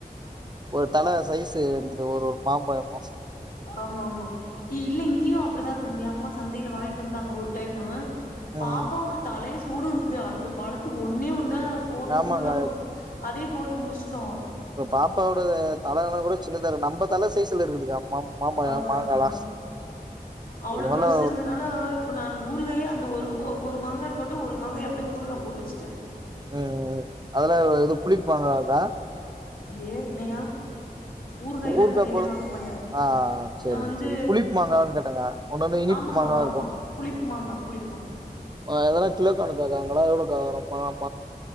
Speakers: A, on the right; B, on the left.
A: ஒரு தல சைஸ்சு இருக்து ஒரு ஒரு பாப்போ எப்போ
B: ஆமா ஆமா இல்ல இங்கியு அப்பிடிதா தம்பி அம்மா சந்தைல வாங்கிட் வந்தாங்க ஒரு டைம்மு
A: ம்
B: பாப்பாவோட தலை சூடு இருக்கு அந்த பழத்த ஒன்னே ஒன்னுதா போட்டு
A: ஆமாக்கா
B: ஊருகா போட்டு அதேயு போட்டு முடிச்சுட்டோ
A: ப்ப பாப்பாவோடது தலனா கூட சின்னதா இருக்கு நம்ப தல சைஸ்ல இருக்குதுக்கா மா மாம்பழம்
B: அதா
A: மாங்காலா
B: அதா அவ்ளோ
A: நல்லா
B: பெருசிருந்தனால ஓயிப் இப்ப நானு ஊருகாயே அந்த ஒரு ஒ ஒரு மாங்காய் போட்டு ஒரு மாங்காய் அப்டே ஊருகா போட்டு வெச்சுட்டே
A: ஆ அதுல எ எதோ புளிப்மாங்காவுதா
B: ஏ என்னையா ஊறுகாயெல்லா
A: ஊருக்கா
B: கடையிலே
A: பழ
B: வாங்க மாட்டே
A: ஆ சரிங்க
B: நா வந்து
A: சரி புளிப்பு மாங்கான்னு கேட்டேங்க ஒன்னொன்னு இனிப்பு
B: ஆமா ப்பா
A: மாங்காவா
B: ஆமாபா புளிப்மாங்கா புளிப்மாங்காநா
A: ஆ அதலா கிலோ கணக்காக்கா அங்களா எவ்ளோகா வரோமாம்